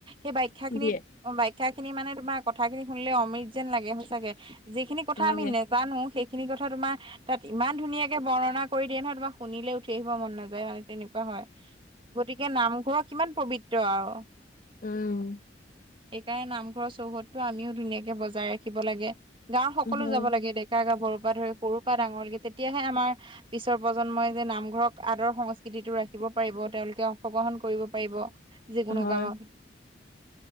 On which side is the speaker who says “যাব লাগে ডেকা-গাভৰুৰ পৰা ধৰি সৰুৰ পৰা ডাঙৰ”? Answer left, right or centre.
Right